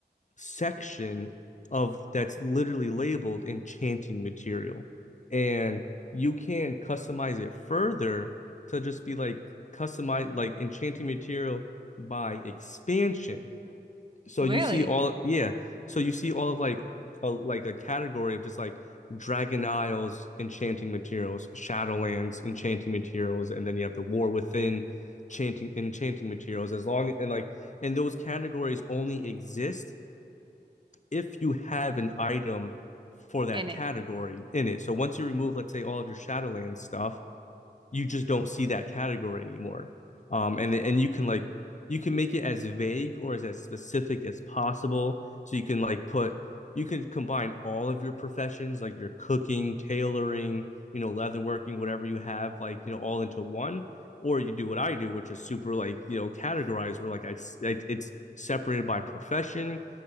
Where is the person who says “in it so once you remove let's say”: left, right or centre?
Left